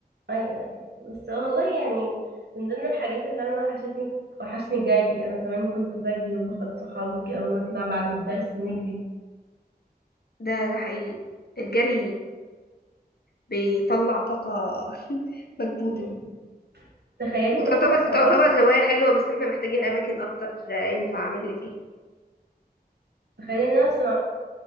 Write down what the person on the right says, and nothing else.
ايوه ايوه بس والله يعني من ضمن الحاجات اللي انا وحشتني وحشني جري انا زمان كنت بجري وباخد صحابي كده ونطلع بعد الدرس نجري
مم. تخيلي
ان احنا في ثانوية
اه
تخيلي
تخيلي ان انا في ثانوية